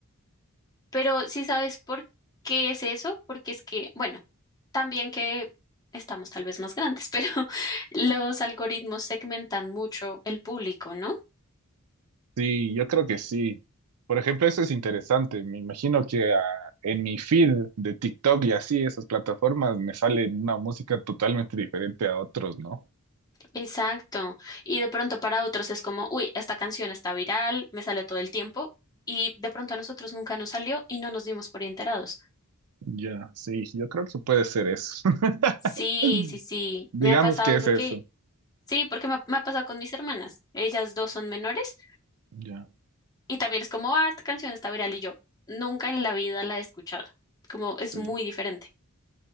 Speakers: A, on the left; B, on the right.
A: Pero sí sabes por qué es eso, porque es que, bueno, también que estamos tal vez más grandes, <laughs> pero los algoritmos segmentan mucho el público, ¿no?
B: Sí, yo creo que sí. Por ejemplo, eso es interesante. Me imagino que ah, en mi feed de TikTok y así, esas plataformas, me sale una música totalmente diferente a otros, ¿no?
A: Exacto. Y de pronto para otros es como, uy, esta canción está viral, me sale todo el tiempo. Y de pronto a nosotros nunca nos salió y no nos dimos por enterados.
B: Ya, sí, yo creo que puede ser eso. <laughs>
A: Sí, sí, sí.
B: Digamos
A: Me ha pasado
B: que es
A: porque,
B: eso.
A: sí, porque me ha, me ha pasado con mis hermanas. Ellas dos son menores
B: Ya,
A: y también es como, ah, esta canción está viral y yo nunca en la vida la he escuchado. Como
B: sí.
A: es muy diferente.